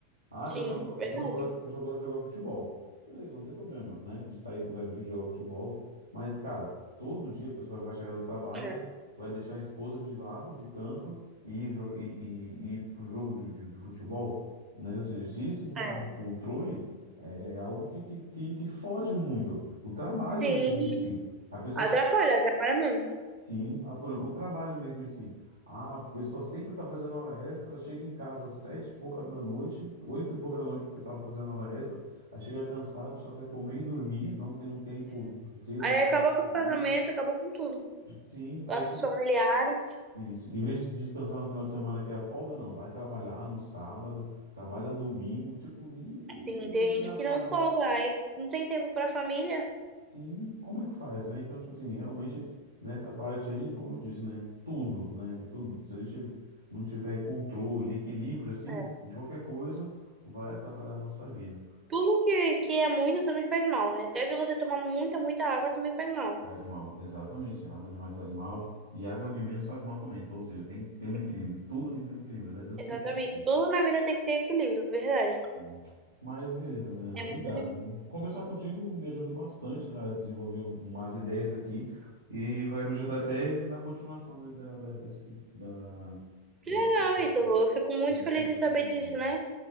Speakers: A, on the right; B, on the right.
A: Ah,
B: Sim,
A: a pessoa,
B: verdade.
A: a pessoa gosta, a pessoa gosta de jogar futebol. Beleza, não tem problema, né? De sair com os amigos, jogar futebol. Mas, cara, todo dia a pessoa vai chegar do trabalho,
B: É,
A: vai deixar a esposa de lado, de canto, e ir, jo- e, e, e ir pro jogo de, de, de futebol, né? Ou seja, se isso não tiver
B: é.
A: um controle, é é algo que, que, que, que foge muito. O trabalho
B: Sim,
A: mesmo em si. A pessoa
B: atrapalha, atrapalha mesmo.
A: Sim, ah, por exemplo, o trabalho mesmo em si. Ah, a pessoa sempre está fazendo hora extra, chega em casa às sete e pouca da noite, oito e pouca da noite porque estava fazendo hora extra, aí chega cansado, só quer comer e dormir, não tem um tempo de lazer, não
B: Aí
A: tem um
B: acaba
A: tempo de
B: com
A: dormir.
B: o casamento, acaba com tudo.
A: Sim, aí
B: Laços
A: chega-
B: familiares.
A: isso. Em vez de se descansar no final de semana, que é a folga, não, vai trabalhar no sábado, trabalha domingo, tipo, e,
B: Sim, tem
A: e
B: gente
A: a parte
B: que não folga, aí não tem tempo pra família.
A: Sim, como é que faz, né? Então, tipo assim, realmente nessa parte aí, como eu disse, né? Tudo, né? Tudo. Se a gente não tiver controle, equilíbrio, assim,
B: É.
A: de qualquer coisa, vai atrapalhar a nossa vida.
B: Tudo que, que é muito também faz mal, né? Até se você tomar muita, muita água também faz mal.
A: Faz mal, exatamente. Água demais faz mal e água de menos faz mal também. Então, ou seja, tem que ter um
B: Sim.
A: equilíbrio. Tudo tem que ter um equilíbrio, né? Deus
B: Exatamente.
A: fez. tudo.
B: Tudo na vida tem que ter equilíbrio, verdade.
A: Hum. Mas beleza, Milena,
B: É
A: obrigado,
B: muito legal.
A: viu? Conversar contigo me ajudou bastante a desenvolver umas ideias aqui e vai me ajudar até na continuação da, da, da, da, escri- da,
B: Que
A: da
B: legal,
A: dissertação,
B: Ítalo. Eu fico muito
A: da escrita
B: feliz de
A: da
B: saber
A: minha matéria.
B: disso, né?